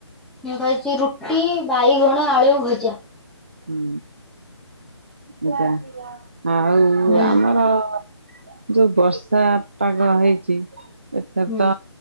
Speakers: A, in the centre; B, on the right.
A: ମୁଁ ଖାଇଛି ରୁଟି, ବାଇଗଣ ଆଳୁ ଭଜା।
B: ହୁଁ, ଭଜା ଆଉ
A: ହୁଁ
B: ଆମର ଯୋଉ ବର୍ଷା ପାଗ ହେଇଛି ଏଥର
A: ହୁଁ
B: ତ